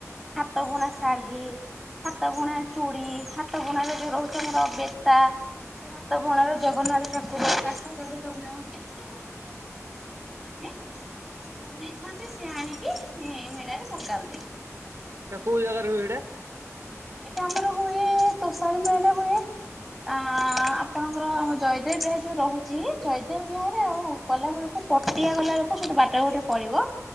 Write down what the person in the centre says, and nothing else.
ହାତ ବୁଣି ଶଢ଼ୀ ହାତ ବୁଣା ଚୁଡ଼ି ହାତ ବୁଣାରେ ଜୋଉ ରହୁଚି ଆମର ବେତା ବୁଣାରେ ଜଗନ୍ନାଥ ଠାକୁର କାଠ କାରୁକାମ ଯେତେକ <unintelligible> ମାନେ ସେ ସବୁ ବନେଇଥାନ୍ତି ସିଏ ଆଣିକି ଏ ମେଳାରେ ପକାନ୍ତି।
ଏଇଟା ଆମର ହୁଏ ତୋଷାଲ ମେଳାଟା ହୁଏ ଆ ଆପଣଙ୍କର ଆମ ଜୟଦେବ ବିହାରି ଯୋଉ ରହୁଚି ଜୟଦେବ ବିହରେ ଆଉ ଗଲାବେଳକୁ ପଟିଆ ଗଲା ବାଟରେ ଗଟେ ପଡ଼ିବ